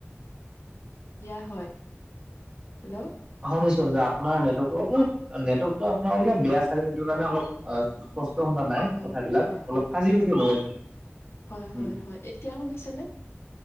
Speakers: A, on the left; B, on the right.
A: দিয়া হয় হেল্ল'
B: শুনিচোন যে আপোনাৰ নেটৱৰ্কতো অলপ নেটৱৰ্কতটো আপোনাৰ অলপ বেয়া চাগে সেইটো কাৰণে অলপ অ স্পষ্ট শুনা
A: হয়
B: নাই
A: হয়
B: কথাবিলাক
A: হয় হয়
B: অলপ ফাজি ফাজি হৈ আছে।
A: হয়
B: উম
A: হয় হয় এতিয়া শুনিছেনে?